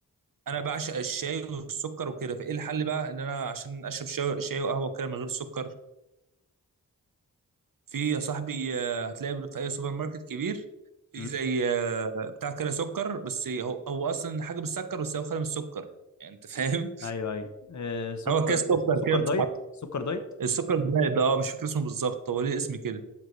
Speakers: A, on the right; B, on the left.
A: انا بعشق الشاي والسكر وكده فايه الحل بقى ان انا عشان اشرب شاي, شاي وقهوه كده من غير سكر في يا صاحبي آه، هتلاقي في اي سوبر ماركت كبير في
B: امم
A: زي آه، بتاع كده سكر بس هو هو اصلا حاجه بالسكر بس هو خالي من السكر يعني انت فاهم
B: ايوه ايوه آه سكر
A: <laughs> هو كده سكر
B: اسمه سكر
A: كده بتتحط
B: دايت سكر دايت
A: السكر دايت اه مش فاكر اسمه بالظبط هو ليه اسم كده